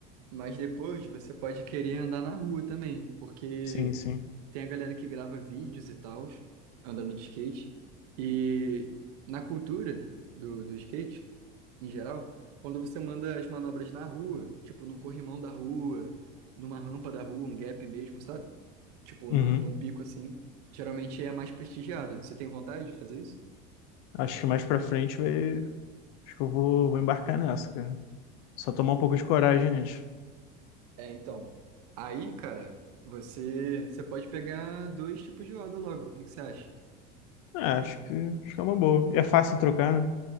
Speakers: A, on the right; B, on the left.
A: Mas depois você pode querer andar na rua também, porque
B: Sim, sim.
A: tem a galera que grava vídeos e tal, andando de skate. E na cultura do, do skate, em geral, quando você manda as manobras na rua, tipo num corrimão da rua, numa rampa da rua, um gap mesmo, sabe? Tipo
B: Uhum.
A: num, num pico assim, geralmente é mais prestigiado. Você tem vontade de fazer isso?
B: Acho que mais pra frente vai. Acho que eu vou, vou embarcar nessa, cara. Só tomar um pouco de coragem antes.
A: É, então. Aí, cara, você, você pode pegar dois tipos de roda logo. O que que você acha?
B: É, acho que, acho que é uma boa. E é fácil trocar, né?